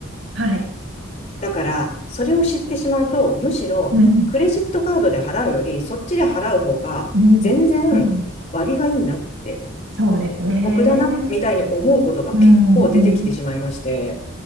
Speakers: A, on the right; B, on the left.
A: はい。
B: だから、それを知ってしまうと、むしろ、
A: うん、
B: クレジットカードで払うより、そっちで払う方が、
A: うん、
B: 全然割がいいなって、
A: うん。そうですね。
B: 得だな、みたいに思うことが結構出てきてしまいまして、
A: うん、うん、